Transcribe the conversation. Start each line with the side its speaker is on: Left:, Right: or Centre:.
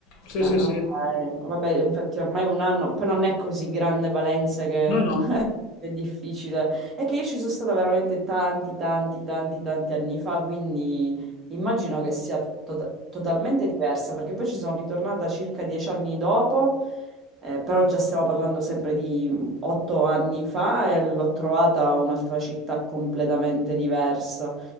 Left: sì,
Right: Ah,
Left: sì, sì.
Right: ok, vabbè, infatti ormai un anno, però non è così grande Valencia che
Left: No, no.
Right: <laughs> è difficile. È che io ci sono stata veramente tanti, tanti, tanti, tanti anni fa, quindi immagino che sia to- totalmente diversa, perché poi ci sono ritornata circa dieci anni dopo, eh, però già stiamo parlando sempre di otto anni fa e l'ho trovata un'altra città completamente diversa.